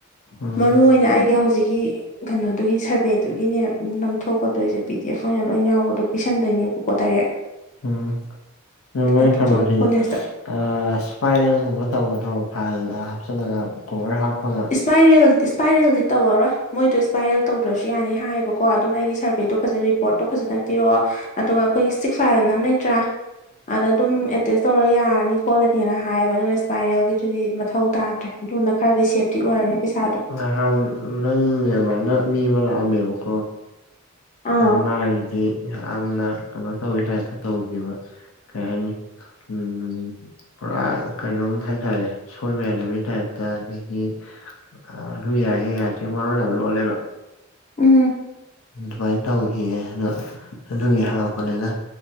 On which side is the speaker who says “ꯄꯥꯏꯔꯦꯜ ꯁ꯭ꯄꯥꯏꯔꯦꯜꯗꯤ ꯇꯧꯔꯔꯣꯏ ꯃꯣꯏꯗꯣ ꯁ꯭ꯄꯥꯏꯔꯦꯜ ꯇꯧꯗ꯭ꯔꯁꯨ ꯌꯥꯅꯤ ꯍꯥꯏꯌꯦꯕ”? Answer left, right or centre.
Left